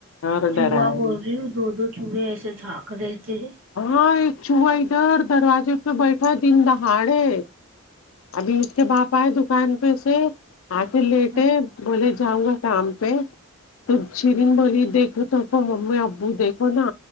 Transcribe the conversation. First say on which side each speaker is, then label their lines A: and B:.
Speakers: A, on the left; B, on the right.
A: اور ڈرا
B: چوہا بول
A: ہے۔
B: رہی ہوں دو دو چوہے ایسے جھاانک رہتے ہیں
A: ہاں ایک چوہا ادھر دروازے پہ بیٹھا دن دہاڑے ابھی اس کے باپ آئے دکان پہ سے آ کے لیٹ
B: میں
A: ہے بولے جاؤں گا کام پہ تو چرین بلی دیکھو تو کو ممی ابو دیکھو نا